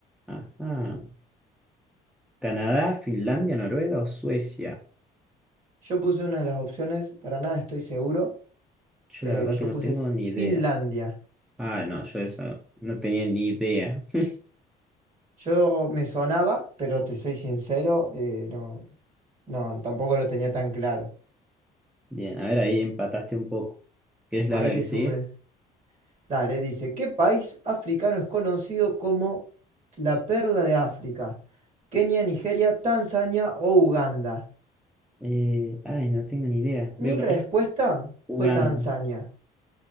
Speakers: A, in the centre; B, on the right.
A: Ajá. ¿Canadá, Finlandia, Noruega o Suecia?
B: Yo puse una de las opciones, para nada estoy seguro.
A: Yo
B: Eh,
A: la verdad
B: yo
A: que no
B: puse
A: tengo ni idea.
B: Finlandia.
A: Ah, no, yo eso no tenía ni idea. <laughs>
B: Yo me sonaba, pero te soy sincero, eh, no, no, tampoco lo tenía tan claro.
A: Bien, a ver, ahí empataste un poco. ¿Quieres
B: Ahí
A: la hora
B: te
A: que sigue?
B: sumé. Dale, dice, ¿qué país africano es conocido como la perla de África? Kenia, Nigeria, Tanzania o Uganda.
A: Eh, ay, no tengo ni idea.
B: Mi
A: Voy a poner
B: respuesta
A: jugando.
B: fue Tanzania.